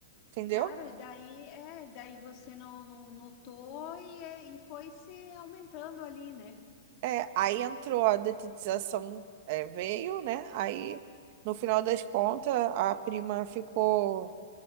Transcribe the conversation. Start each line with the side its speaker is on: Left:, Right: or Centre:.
Right: entendeu?
Left: Claro, e daí, é, daí você não, não notou e, é- e foi se aumentando ali, né?
Right: É, aí entrou a detetização, é, veio, né? Aí, no final das contas, a prima ficou...